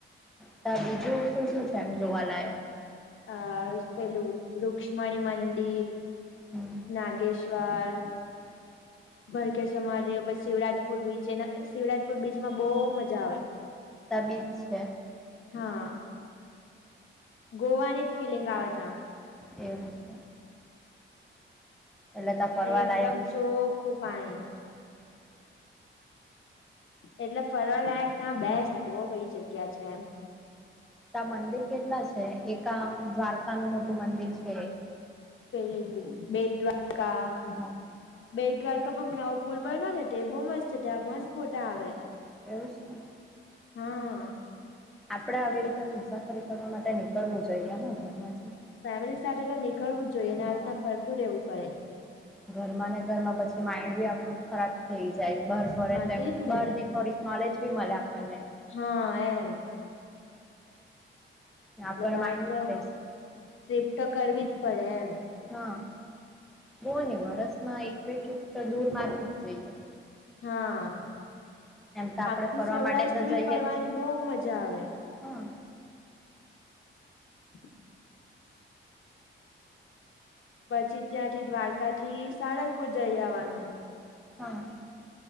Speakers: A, in the centre; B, on the left.
A: ત્યાં બીજું શું શું છે એમ જોવાનું એમ.
B: આ પેલું ર લક્ષ્મણી મંદિર,
A: હમ
B: નાગેશ્વર
A: <inaudible>
B: ભરકેશ્વ મહાદેવ પછી શિવરાજપુર બીચ એના શિવરાજપુર બીચમાં બહુ મજા આવે
A: ત્યાં બ્રિજ છે.
B: હક. ગોવાની જ ફિલિંગ આપતા
A: એવું છે. એટલે ત્યાં ફરવાલાયક
B: એકદમ
A: છે
B: ચોખ્ખું પાણી એટલે ફરવાલાયક ત્યાં બેસ્ટ બહુ બધી જગ્યા છે એમ
A: તો મંદિર કેટલા છે? એક આ દ્વારકાનું મોટું મંદિર છે.
B: એવું બેટ દ્વારકા
A: હા
B: બેડ દ્વારકા પણ મનાવો પુલ પર ન ને તે બહુ મસ્ત છે ત્યાં મસ્ત ફોટા આવે
A: એવ છે.
B: હા.
A: આપણેે આવી રીતે મુસાફરી કરવા માટે નીકળવું જોઈએ હું ઘરમાંથી
B: ફેમિલી સાથે તો નીકળવું જ જોઈએ ને આ
A: હા
B: આવી રીતના ફરતું રહેવું પડે
A: ઘરમાં ને ઘરમાં પછી માઇન્ડ બી આપણું ખરાબ થઈ જાય બહર ફરે
B: હા તેજ
A: એ
B: ને
A: બહારની થોડીક નોલેજ બી મળે આપણને
B: હા એમ
A: આપણ
B: એટલે બાર
A: માઇન્ડ બી
B: તો
A: ફ્રેશ થાય.
B: ટ્રીપ તો કરવી જ પડે એમ.
A: હા બહ ને વરસમાં એક બે છૂક તો દૂર મારવી જ જઈએ.
B: હા
A: એમ તો આપડે
B: આખું
A: ફરવા
B: સૌરાષ્ટ્ર
A: માટે તો
B: બી
A: જઈએ
B: ફરવાની
A: જ છીએ
B: બહ મજા આવે.
A: હા
B: <inaudible> પછી ત્યાંથી દ્વારકા થી સારંગપુર જઈ આવવાનું.
A: હા.